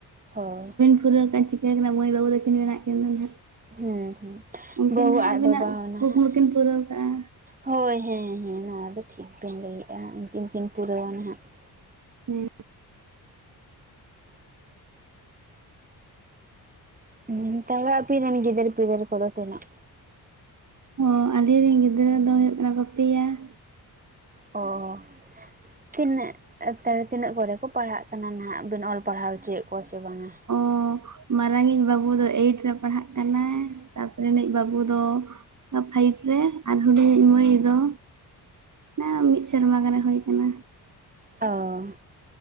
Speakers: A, on the right; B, on the right.
A: ᱦᱳᱭ,
B: ᱩᱨᱟᱹᱟᱱ <inaudible> ᱪᱤᱠᱟᱹ ᱠᱟᱱᱟ ᱢᱟᱹᱭ ᱵᱟᱹᱵᱩ ᱫᱚᱠᱤᱱ ᱢᱮᱱᱟᱜ ᱠᱤᱱ
A: ᱦᱮᱸ ᱦᱮᱸ
B: ᱩᱱᱠᱤᱱ
A: ᱵᱟᱹᱵᱩ
B: ᱦᱟᱸᱜ
A: ᱟᱡ
B: ᱟᱹᱵᱤᱱᱟᱜ
A: ᱵᱟᱵᱟ ᱦᱚ ᱱᱟᱦᱟᱜ
B: ᱠᱩᱠᱢᱩ ᱠᱤᱱ ᱯᱩᱨᱟᱹᱣ ᱠᱟᱜᱼᱟ
A: ᱦᱳᱭ ᱦᱮᱸ ᱦᱮᱸ ᱱᱚᱣᱟ ᱫᱚ ᱴᱷᱤᱠ ᱵᱤᱱ ᱞᱟᱹᱭᱮᱭᱟ ᱩᱱᱠᱤᱱ ᱠᱤᱱ ᱯᱩᱨᱟᱹᱣᱟ ᱱᱟᱦᱟᱜ ᱾
B: ᱦᱮᱸ
A: ᱦᱸ ᱛᱟᱦᱚᱞᱮ ᱟᱵᱤᱱ ᱨᱮᱱ ᱜᱤᱫᱷᱟᱹᱨ ᱯᱤᱫᱟᱨ ᱠᱚᱚᱫ ᱛᱤᱱᱟᱹᱜ?
B: ᱚ ᱟᱞᱮᱨᱮᱱ ᱜᱤᱫᱽᱨᱟᱹ ᱫᱚ ᱦᱩᱭᱩᱜ ᱠᱟᱱᱟ ᱠᱚ ᱯᱮᱭᱟ ᱾
A: ᱚᱻ ᱛᱤᱱᱟᱹᱜ ᱠᱛᱟᱨᱮ <inaudible> ᱛᱤᱱᱟᱹᱜ ᱠᱚᱨᱮ ᱠᱚ ᱯᱟᱲᱦᱟᱜ ᱠᱟᱱᱟ ᱱᱟᱦᱟᱜ ᱵᱤᱱ ᱚᱞ ᱯᱟᱲᱦᱟᱣ ᱚᱪᱚᱭᱮᱫ ᱠᱚᱣᱟ ᱥᱮ ᱵᱟᱝᱼᱟ?
B: ᱚ, ᱢᱟᱨᱟᱝ ᱤᱡ ᱵᱟᱹᱵᱩ ᱫᱚ ᱮᱭᱤᱴ ᱨᱮ ᱯᱟᱲᱦᱟᱜ ᱠᱟᱱᱟᱭ ᱛᱟᱨᱯᱚᱨᱮ ᱨᱤᱱᱤᱡ ᱵᱟᱹᱵᱩ ᱫᱚ ᱯᱷᱟᱭᱤᱵ ᱨᱮ ᱟᱨ ᱦᱩᱰᱤᱧᱤᱧ ᱢᱟᱹᱭ ᱫᱚ, ᱚᱱᱟ ᱢᱤᱫ ᱥᱮᱨᱢᱟ ᱜᱟᱱᱮ ᱦᱩᱭ ᱟᱠᱟᱱᱟ ᱾
A: ᱚ